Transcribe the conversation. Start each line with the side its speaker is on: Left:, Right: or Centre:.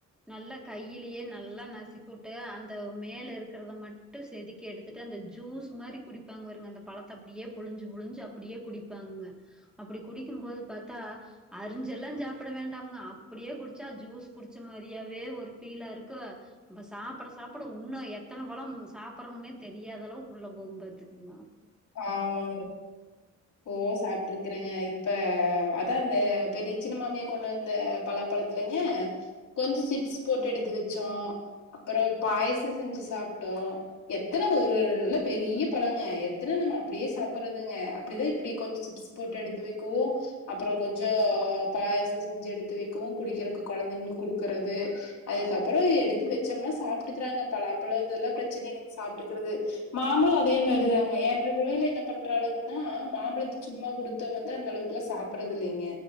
Centre: நல்லா கையிலயே நல்லா நசிக்கட்டு அந்த மேல இருக்கிறத மட்டும் செதுக்கி எடுத்துட்டு அந்த ஜூஸ் மாரி குடிப்பாங்க பாருங்க அந்த பழத்தை அப்படியே புழிஞ்சு புழிஞ்சு அப்படியே குடிப்பாங்க அப்படி குடிக்கும் போது பாத்தா அரிஞ்செல்லா சாப்பிட வேண்டாமங்க அப்படியே குடிச்சா ஜூஸ் குடிச்ச மாதிரியாவே ஒரு ஃபீலா இருக்கு அப்ப சாப்பிட சாப்பிட இன்னு எத்தன பழம் சாப்படுறோம்னே தெரியாத அளவுக்குள்ள போகும்ப ங்களா
Left: ஆமாங்க ஓ சாப்புட்டு இருக்கறங்க இப்ப அதாந்த பெரிய சின்ன மாமியா கொண்டு வந்த பலாப்பழத்துலங்க கொஞ்சோ சிப்ஸ் போட்டு எடுத்து வச்சோ அப்புறோ பாயச செஞ்சு சாப்ட்டோ எத்தன ஒரு நல்ல பெரிய பழங்க த்தானா நம்ம அப்படியே சாப்பிடுறதுங்க அப்படிதா இப்படி கொஞ்சோ சிப்ஸ் போட்டு எடுத்து வைக்க அப்ரோ கொஞ்சோ பாயாச செஞ்சு எடுத்து வைக்கு குடிக்கரக்கு குழந்தைங்களுக்கு குடுக்கறது அதுக்கப்ரோ எடுத்து வச்சோம்னா சாப்ட்டுக்குறாங்க பலாப்பழம் இதெல்லா பிரச்சனை சாப்பிட்டுக்கிறது மாம்பழம் அதே மாரிதாங்க ஏன்ற பிள்ளையில என்ன பண்றாளுங்கன்னா மாம்பழத்த சும்மா குடுத்தா வந்து அந்த அளவுக்குலா சாப்பிடறது இல்லைங்க